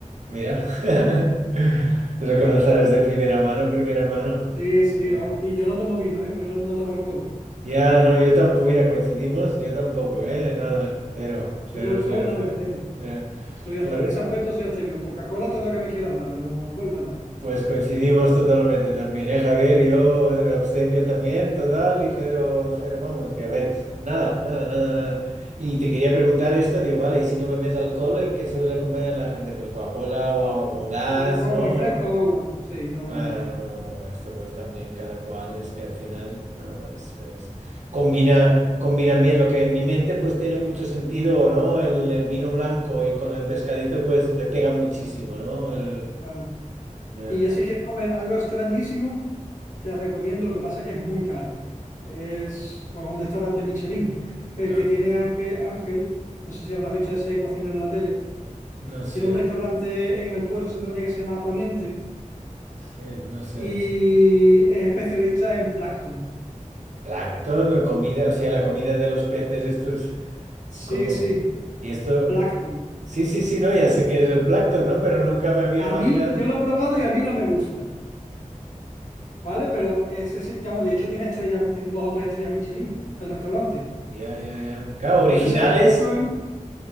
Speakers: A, on the right; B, on the left.
A: mira, <laughs> lo conocerás de primera mano, primera mano.
B: Sí, sí,
A: Ya,
B: vamos. Y yo no tomo vino, ¿eh? Porque no, no tomo alcohol.
A: Ya, no, yo tampoco, mira, coincidimos, yo tampoco, ¿eh? Nada, cero, cero,
B: Yo de alcohol,
A: cero,
B: nada,
A: cero.
B: cero.
A: Ya.
B: Soy, ast-
A: Por-
B: en ese aspecto soy abstemio. Coca-Cola, todo lo que me quieras dar, pero alcohol, nada.
A: Pues coincidimos totalmente también, ¿eh, Javier? Yo eh, abstemio también, total, y cero, cero, vamos, que a ver, nada, nada, nada, nada. Y te quería preguntar esto, digo, vale, y si no bebes alcohol, ¿en qué suele acompañar la gente? Pues Coca-Cola o agua con gas,
B: Coca-Cola,
A: ¿no?
B: refresco, agua. Sí, normalmente.
A: Claro, no, no, esto pues también cada cual, es que al final, ¿no? Es, es- combina, combina bien lo que en mi mente pues tiene mucho sentido, ¿no? El, el vino blanco y con el pescadito pues le pega muchísimo, ¿no? El,
B: Claro.
A: el- ya.
B: Y ya si quieres comer algo extrañísimo, te recomiendo, lo que pasa que es muy caro. Es pues, un restaurante Michelin. El
A: ah.
B: que tiene Ángel, Ángel, no sé si habrás visto ese cocinero en la tele.
A: No
B: Tiene
A: sé,
B: un restaurante en el puerto de Santa María que se llama Poniente
A: sí, no sé,
B: y
A: no sé.
B: es especialista en plancton.
A: Plancton, la comida, o sea, la comida de los peces, esto es
B: Sí,
A: como...
B: sí,
A: Y esto...
B: plancton.
A: Sí, sí, sí, no, ya sé que es el plancton, ¿no? Pero nunca me había imaginado.
B: A mí, yo lo he probado y a mí no me gusta, ¿vale? Pero ese sí, digamos, de hecho tiene estrellas, tiene dos o tres estrellas Michelin, el restaurante.
A: Ya, ya, ya. Claro, originales.
B: Este salía mucho en,